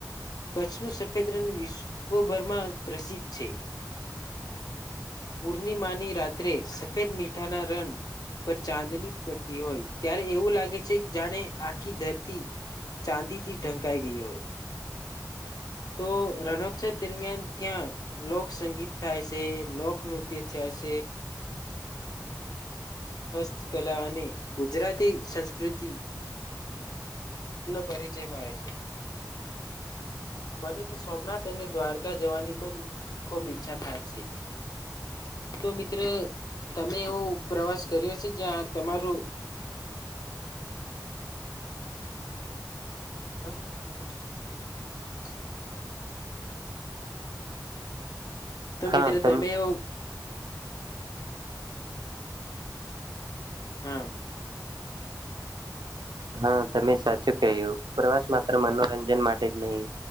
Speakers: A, on the left; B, on the right.
A: કચ્છનું સફેદ રન વિશ્વભરમાં પ્રસિદ્ધ છે. પૂર્નિમાની રાત્રે સફેદ મીઠાના રન પર ચાંદની પડતી હોય, ત્યારે એવું લાગે છે કે જાણે આખી ધરતી ચાંદીથી ઢંકાઈ ગઈ હોય તો રણોત્સવ દરમિયાન ત્યાં લોક સંગીત થાય સે લોકનુત્ય થાય સે. હસ્તકલા અને ગુજરાતી સંસ્કૃતિ નો પરિચય મળે છે. મને તો સોમનાથ અને દ્વારકા જવાની પણ ખૂબ ઈચ્છા થાય છે. તો મિત્ર તમે એવો પ્રવાસ કર્યો છે જ્યાં તમારું <unintelligible> ત
B: હા
A: મિત્રો
B: તમ
A: તમે ઓ હા.
B: હા તમે સાચું ક્યું પ્રવાસ માત્ર મનોરંજન માટે જ નહી